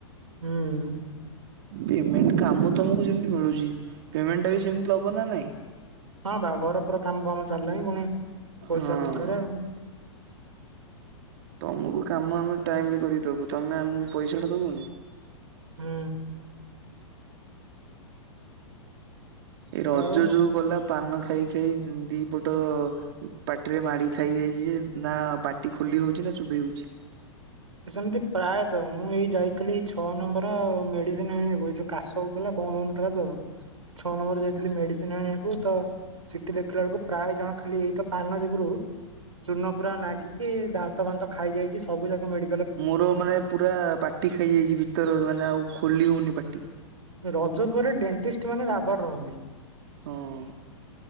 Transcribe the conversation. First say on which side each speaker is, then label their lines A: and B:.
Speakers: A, on the right; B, on the right.
A: ହୁଁ।
B: ପେମେଣ୍ଟ, କାମ ତମକୁ ଯେମିତି ମିଳୁଚି, ପେମେଣ୍ଟ ଟା ବି ସେମିତି ଦବ ନା ନାଇଁ?
A: ହଁ ବା, ଘର ପୁରା କାମ ଫାମ ଚାଲିଲାଣି, ପୁଣି ପଇସା
B: ହଁ
A: ଦରକାର ଆଉ।
B: ତମକୁ କାମ ଆମେ ଟାଇମ ରେ କରିକିଦବୁ, ତମେ ଆମକୁ ପଇସା ଟା ଦବନି।
A: ହୁଁ।
B: ଏ ରଜ
A: ଆଉ
B: ଯୋଉ ଗଲା, ପାନ ଖାଇ ଖାଇ ଯୋଉ ଦି ପଟ ପାଟିରେ ମାଢ଼ି ଖାଇଯାଇଚି ଯେ, ନା ପାଟି ଖୋଲି ହଉଚି, ନା ଚୋବେଇ ହଉଚି।
A: ସେମିତି ପ୍ରାୟତଃ, ମୁଁ ଏଇ ଯାଇଥିଲି ଛଅ ନମ୍ବର ମେଡ଼ିସିନ ଆଣିବାକୁ, ଏ ଯୋଉ କାଶ ହେଉଥିଲା, ବନ୍ଦ ହେଉନଥିଲା ତ, ଛଅ ନମ୍ବର ଯାଇଥିଲି ମେଡ଼ିସିନ୍ ମେଡ଼ିସିନ୍ ଆଣିବାକୁ ତ, ସେଠି ଦେଖିଲା ବେଳକୁ ପ୍ରାୟ ଜଣ ଖାଲି ଏଇତ ପାନ ଯୋଗୁଁ ରୁ ଚୁନ ପୁରା ନାଗିକି, ଦାନ୍ତ ଫାନ୍ତ ଖାଇଯାଇଚି, ସବୁ ଯାକ ମାଢ଼ି
B: ମୋର ମାନେ ପୁରା ପାଟି ଖାଇଯାଇଚି, ଭିତର, ମାନେ ଆଉ ଖୋଲି ହଉନି ପାଟି।
A: ରଜ ପରେ ଡେଣ୍ଟିଷ୍ଟ ମାନେ ରାବାର ରହନ୍ତି।
B: ହଁ।